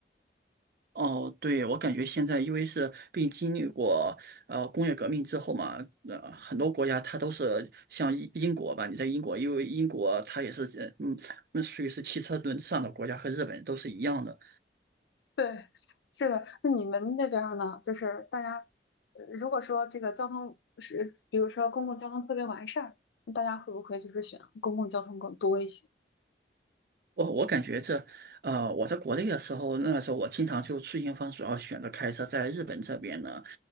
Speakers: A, on the right; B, on the left.
A: 哦，对，我感觉现在因为是并经历过呃工业革命之后嘛，呃，很多国家它都是像英英国吧，你在英国，因为英国它也是呃嗯，那属于是汽车轮上的国家，和日本都是一样的。
B: 对，是的。那你们那边儿呢？就是大家，呃如果说这个交通是，比如说公共交通特别完善，那大家会不会就是选公共交通更多一些？
A: 我我感觉这，呃，我在国内的时候，那个时候我经常就出行方主要选择开车，在日本这边呢，